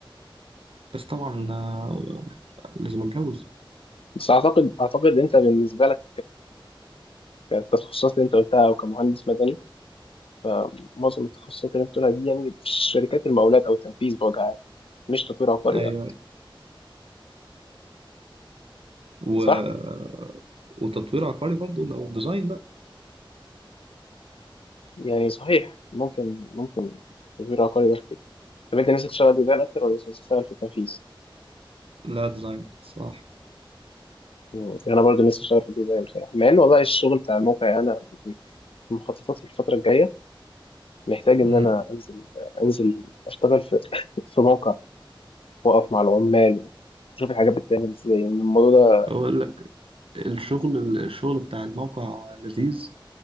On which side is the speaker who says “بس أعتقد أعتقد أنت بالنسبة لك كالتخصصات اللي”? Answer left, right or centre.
Left